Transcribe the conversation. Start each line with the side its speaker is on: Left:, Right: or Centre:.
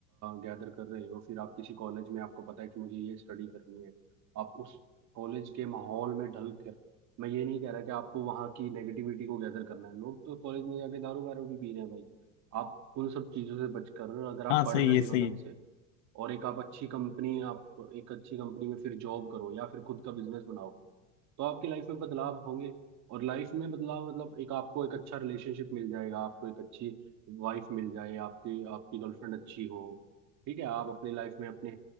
Right: गैदर कर रहे हो फिर आप किसी कॉलेज में आपको पता है कि मुझे ये स्टडी करनी है आप उस कॉलेज के माहौल में ढल मैं ये नहीं कह रहा कि आपको वहाँ की नेगेटिविटी को गैदर करना है लोग तो कॉलेज में जाके दारू वारू भी पी रहे हैं भाई आप उन सब चीज़ों से बचकर अगर आप
Left: हाँ
Right: पढ़
Left: सही
Right: रहे
Left: है सही
Right: हो ढंग
Left: है
Right: से और एक आप अच्छी कंपनी आप एक अच्छी कंपनी में फिर जॉब करो या फिर खुद का बिजनेस बनाओ तो आपकी लाइफ में बदलाव होंगे और लाइफ में बदलाव मतलब एक आपको एक अच्छा रिलेशनशिप मिल जाएगा आपको एक अच्छी वाइफ मिल जाए आपकी आपकी गर्लफ्रेंड अच्छी हो ठीक है आप अपनी लाइफ में अपने